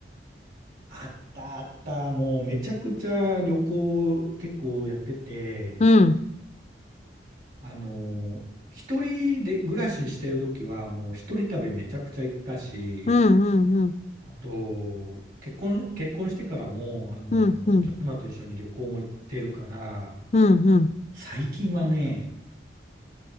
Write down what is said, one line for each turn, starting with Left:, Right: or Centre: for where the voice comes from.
Right: あったあった。もうめちゃくちゃ旅行結構やってて、
Left: うん、
Right: あの、一人で暮らししてるときは、もう一人旅めちゃくちゃ行ったし、
Left: うんうんうん、
Right: あと、結婚、結婚してからも、あの、
Left: うんうん、
Right: 妻と一緒に旅行も行ってるから、
Left: うんうん。
Right: 最近はね、